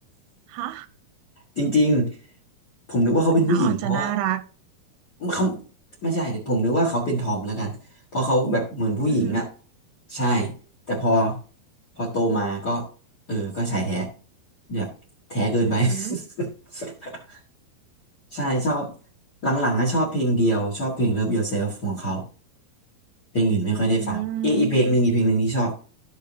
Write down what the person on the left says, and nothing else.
จริงๆผมนึกว่าเขาเป็นผู้หญิงเพราะว่า
เขาไม่ใช่ผมนึกว่าเขาเป็นทอมแล้วกันเพราะเขาแบบเหมือนผู้หญิงอ่ะ
ใช่แต่พอพอโตมาก็เออก็ชายแท้แบบแท้เกินไป
<laughs> ใช่ชอบหลังๆอะชอบเพลงเดียวชอบเพลง Love Yourself ของเขา เพลงอื่นไม่ค่อยได้ฟังอีกอีกเพลงหนึ่งอีกเพลงหนึ่งที่ชอบ